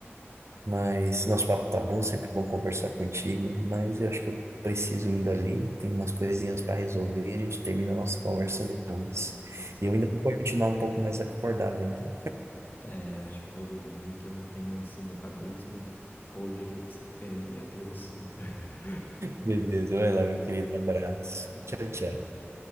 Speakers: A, on the right (about 75°); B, on the left (about 45°).
A: Mas nosso papo tá bom, sempre bom conversar contigo, mas eu acho que eu preciso indo ali, tem umas coisinhas para resolver, a gente termina a nossa conversa depois.
B: Tá certo.
A: E eu ainda vou continuar um pouco mais acordado ainda.
B: É, acho que eu vou dormir, que eu não tenho esse metabolismo pôde que você tem, eu tenho um sono. <laughs>
A: Beleza, vai
B: Mas,
A: lá, meu
B: né,
A: querido, abraço.
B: ah,
A: Tchau, tchau.
B: tchau.